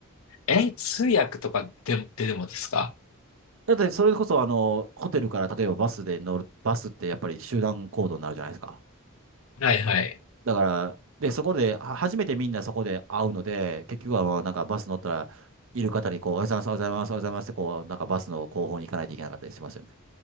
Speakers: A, on the left; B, on the right.
A: え、通訳とかでも、ででもですか
B: だってそれこそあの、ホテルから例えばバスで乗る、バスってやっぱり集団行動になるじゃないですか。
A: はいはい。
B: だから、で、そこで、は初めてみんなそこで会うので、結局はまあなんかバス乗ったら、いる方にこう、おはようございます、おはようございます、おはようございますって、こう、なんかバスの後方に行かないといけなかったりしますよね。